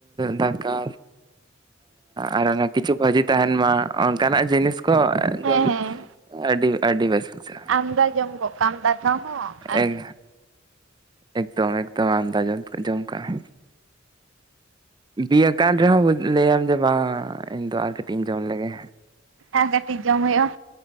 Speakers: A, on the right; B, on the right.
A: ᱫᱟᱠᱟ ᱟᱨ ᱚᱱᱟ ᱠᱤᱪᱷᱩ ᱵᱷᱟᱹᱡᱤ ᱛᱟᱦᱮᱱ ᱢᱟ ᱚᱱᱠᱟᱱᱟᱜ ᱡᱤᱱᱤᱥ ᱠᱚ
B: ᱦᱮᱸ
A: ᱡᱚᱢ
B: ᱦᱮᱸ
A: ᱟᱹᱰᱤ ᱟᱹᱰᱤ ᱵᱮᱥ ᱵᱩᱡᱷᱟᱹᱜ-ᱟ
B: ᱟᱢᱫᱟ ᱡᱚᱢ ᱜᱚᱫ ᱠᱟᱜ ᱟᱢ ᱫᱟᱠᱟ ᱦᱚᱸ ᱟᱨ
A: ᱮᱠ ᱮᱠᱫᱚᱢ ᱮᱠᱫᱚᱢ ᱟᱢᱫᱟ ᱡᱚᱢ ᱡᱚᱢ ᱠᱟᱜᱼᱟ᱾ ᱵᱤ ᱟᱠᱟᱱ ᱨᱮᱦᱚᱸ ᱞᱟᱹᱭᱟᱢ ᱡᱮ ᱵᱟᱝ ᱤᱧᱫᱚ ᱟᱨ ᱠᱟᱹᱴᱤᱡ ᱤᱧ ᱡᱚᱢ ᱞᱮᱜᱮ᱾
B: ᱟᱨ ᱠᱟᱹᱴᱤᱡ ᱡᱚᱢ ᱦᱩᱭᱩᱜᱼᱟ